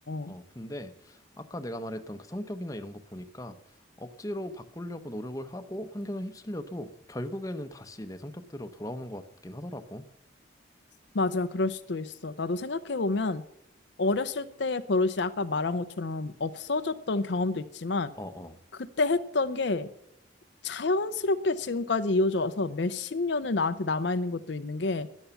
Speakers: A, on the left; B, on the left.
A: 어
B: 어.
A: 근데 아까 내가 말했던 그 성격이나 이런 거 보니까 억지로 바꾸려고 노력을 하고 환경에 휩쓸려도 결국에는 다시 내 성격대로 돌아오는 것 같긴 하더라고
B: 맞아. 그럴 수도 있어. 나도 생각해보면 어렸을 때의 버릇이 아까 말한 것처럼 없어졌던 경험도 있지만,
A: 어어
B: 그때 했던 게 자연스럽게 지금까지 이어져 와서 몇 십 년을 나한테 남아있는 것도 있는 게